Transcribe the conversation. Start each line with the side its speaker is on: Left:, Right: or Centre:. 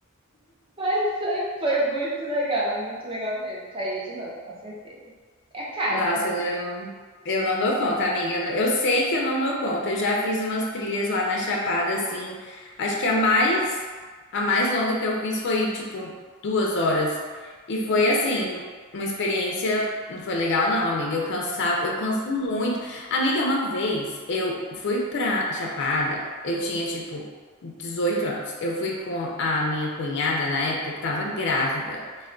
Right: Mas foi, foi muito legal, muito legal mesmo. Faria de novo, com certeza. É caro,
Left: Nossa,
Right: mas.
Left: eu, eu não dou conta, amiga. Eu, eu sei que eu não dou conta. Eu já fiz umas trilhas lá na Chapada, assim. Acho que a mais, a mais longa que eu fiz foi, tipo, duas horas. E foi,
Right: Hum.
Left: assim, uma experiência. Não foi legal, não, amiga. Eu cansava, eu canso muito. Amiga, uma vez eu fui pra Chapada, eu tinha, tipo, 18 anos. Eu fui com a minha cunhada na época que tava grávida.